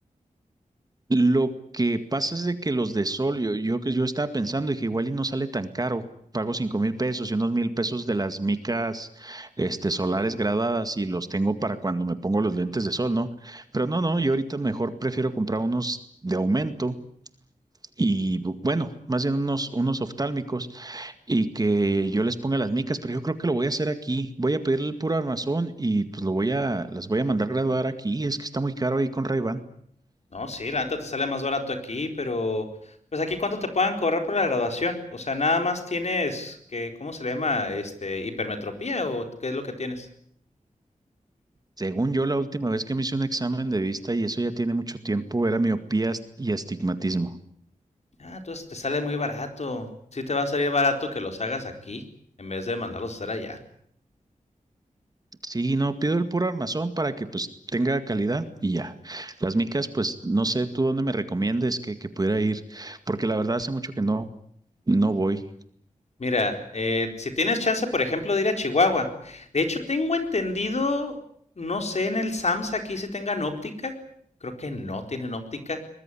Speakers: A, on the right; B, on the left.
A: Lo que pasa es de que los de sol, yo, yo, que yo estaba pensando, dije, igual y no sale tan caro, pago cinco mil pesos y unos mil pesos de las micas este, solares graduadas y los tengo para cuando me pongo los lentes de sol, ¿no? Pero no, no, yo ahorita mejor prefiero comprar unos de aumento y bu- bueno, más bien unos, unos oftálmicos y que yo les ponga las micas, pero yo creo que lo voy a hacer aquí. Voy a pedirle el puro armazón y pues lo voy a, las voy a mandar graduar aquí. Es que está muy caro ahí con ray
B: No, sí, la neta te sale más barato aquí, pero, pues aquí cuánto te puedan cobrar por la graduación, o sea, nada más tienes, que, ¿cómo se le llama? Este, hipermetropía o qué es lo que tienes.
A: Según yo, la última vez que me hice un examen de vista, y eso ya tiene mucho tiempo, era miopía as- y astigmatismo.
B: Ah, entonces te sale muy barato, sí te va a salir barato que los hagas aquí en vez de mandarlos a hacer allá.
A: Sí, no, pido el puro armazón para que pues tenga calidad y ya. Las micas, pues no sé tú dónde me recomiendes que, que pudiera ir, porque la verdad hace mucho que no, no voy.
B: Mira, eh, si tienes chance, por ejemplo, de ir a Chihuahua. De hecho, tengo entendido, no sé en el SAMS aquí si tengan óptica. Creo que no tienen óptica,